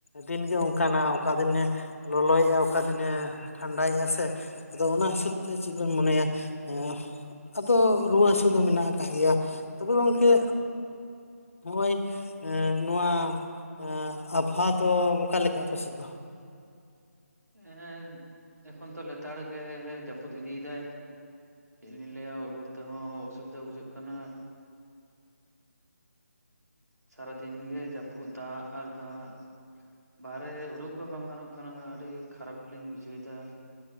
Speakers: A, on the left; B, on the right.
A: ᱫᱤᱱ ᱜᱮ ᱚᱱᱠᱟᱱᱟ ᱚᱠᱟ ᱫᱤᱱᱮ, ᱞᱚᱞᱚᱭᱮᱜ-ᱟ, ᱚᱠᱟ ᱫᱤᱱᱮ ᱴᱷᱟᱱᱰᱟᱭᱮᱜ-ᱟ ᱥᱮ ᱾ ᱟᱫᱚ ᱚᱱᱟ ᱦᱤᱥᱟᱹᱵᱽ ᱛᱮ ᱪᱮᱫ ᱵᱚᱱ ᱢᱚᱱᱮᱭᱟ, ᱮᱸᱼᱼ ᱟᱫᱚ ᱨᱩᱣᱟᱹᱜ ᱦᱟᱹᱥᱩ ᱫᱚ ᱢᱮᱱᱟᱜ ᱟᱠᱟᱫ ᱜᱮᱭᱟ, ᱛᱚᱵᱮ ᱜᱚᱝᱠᱮᱼᱼ ᱱᱚᱜ-ᱚᱭ ᱮᱸ, ᱱᱚᱣᱟ ᱮᱸ ᱟᱵᱽᱦᱟᱣᱟ ᱫᱚ ᱚᱠᱟ ᱞᱮᱠᱟ ᱟᱯᱮ ᱥᱮᱫ ᱫᱚ?
B: ᱮᱫ, ᱮᱠᱷᱚᱱ ᱛᱚ ᱞᱮᱛᱟᱲ ᱜᱮ ᱡᱟᱹᱯᱩᱫ ᱤᱫᱤᱭᱮᱫᱟᱭ ᱾ ᱪᱮᱫ ᱞᱤᱧ ᱞᱟᱹᱭᱟ ᱩᱰᱩᱠ ᱛᱮᱦᱚᱸ ᱚᱥᱩᱵᱤᱫᱟ ᱵᱩᱡᱷᱟᱹᱜ ᱠᱟᱱᱟ ᱾ ᱥᱟᱨᱟ ᱫᱤᱱ ᱜᱮ ᱡᱟᱹᱯᱩᱫ, ᱫᱟᱜ ᱟᱨ ᱫᱟᱜ ᱾ ᱵᱟᱨᱦᱮ ᱩᱰᱩᱠ ᱦᱚᱸ ᱵᱟᱝ ᱜᱟᱱᱚᱜ ᱠᱟᱱᱟ, ᱟᱹᱰᱤ ᱠᱷᱟᱨᱟᱯ ᱜᱮᱞᱤᱧ ᱵᱩᱡᱷᱟᱹᱣ ᱮᱫᱟ ᱾